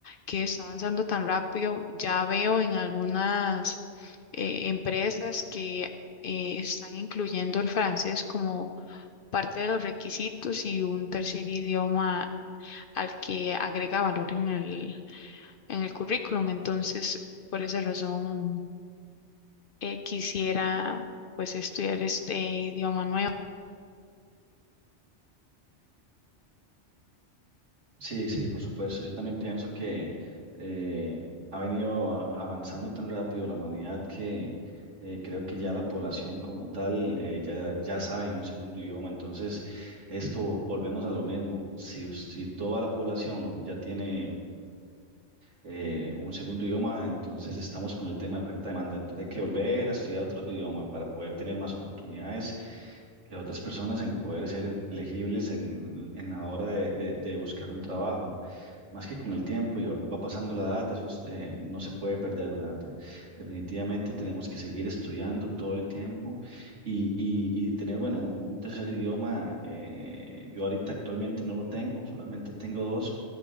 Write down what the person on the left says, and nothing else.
que está avanzando tan rápido, ya veo en algunas eh, empresas que eh, están incluyendo el francés como parte de los requisitos y un tercer idioma al que agrega valor en el, en el currículum. Entonces, por esa razón, eh, quisiera pues estudiar este idioma nuevo.